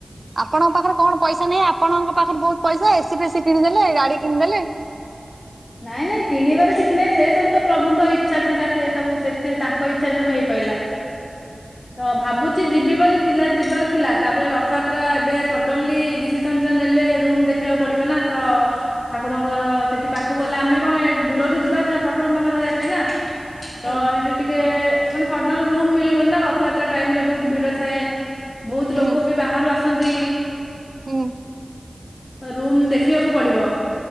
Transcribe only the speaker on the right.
ଆପଣଙ୍କ ପାଖରେ କଣ ପଇସା ନାହିଁ, ଆପଣଙ୍କ ପାଖରେ ବହୁତ ପଇସା ଏସି ଫେସିି କିଣିଦେଲେ, ଗାଡି କିଣିଦେଲେ
<inaudible> <inaudible>
ହୁଁ
ହୁଁ
ହୁଁ।